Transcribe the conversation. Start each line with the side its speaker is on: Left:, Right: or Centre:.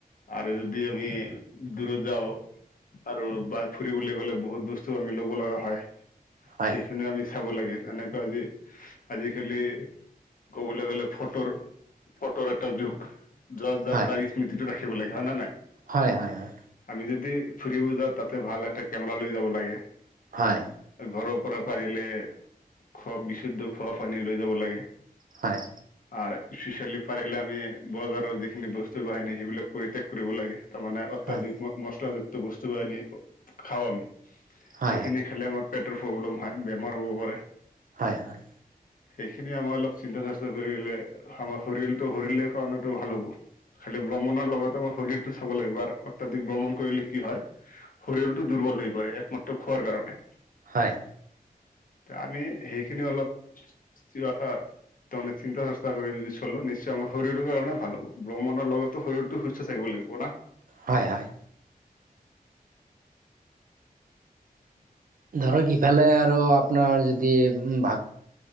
Left: আৰু যদি আমি দূৰত যাওঁ আৰু বা ফুৰিবলৈ গ'লে বহুত বস্তু আমি ল'ব লাগা হয়
Right: হয়
Left: সেইখিনিও আমি চাব লাগে এনেকা আজি আজিকালি ক'বলৈ গ'লে ফটোৰ- ফটোৰ এটা যুগ য'ত যা
Right: হয়
Left: তাৰ স্মৃতি টো ৰাখি ৰাখিব লাগে হয় না নাই?
Right: হয়- হয়-হয়।
Left: আমি যদি ফুৰিব যাওঁ তাতে ভাল এটা কেমেৰা লৈ যাব লাগে।
Right: হয়
Left: ঘৰৰ পৰা পাৰিলে খোৱা বিশুদ্ধ খোৱা পানী লৈ যাব লাগে।
Right: হয়।
Left: আৰ ইস্পিচিয়েলি পাৰিলে আমি বজাৰৰ যিখিনি বস্তু বাহিনী সেইবিলাক পৰিত্যাগ কৰিব লাগে তাৰ মানে অত্যাধিক
Right: হয়
Left: মছলাযুক্ত বস্তু বা আনি খাওঁ আমি। সেইখিনি
Right: হয়
Left: খালে আমাৰ পেটৰ ফব্লেম হয় বেমাৰ হ'ব পাৰে।
Right: হয়- হয়
Left: সেইখিনি আমাৰ অলপ চিন্তা চৰ্চা কৰিলে আমাৰ শৰীৰলটো শৰীলে কাৰণটো ভাল হ'ব। খালি ভ্ৰমণৰ লগতে মই শৰীৰটো চাব লাগিব আৰু অত্যাধিক ভ্ৰমণ কৰিলে কি হয় শৰীৰলতো দুৰ্বল হৈ পৰে একমাত্ৰ খোৱাৰ কাৰণে।
Right: হয়।
Left: তে আমি সেইখিনি অলপ <unintelligible> তাৰমানে চিন্তা চচা কৰি যদি চল নিশ্চয় আমাৰ শৰীৰৰ কাৰণে ভাল হ'ব ব্ৰমণৰ লগতো শৰীৰটো সুস্থ থাকিব লাগিব না।
Right: হয় -হয়। ধৰক ইফালে আৰু আপনাৰ যদি ভা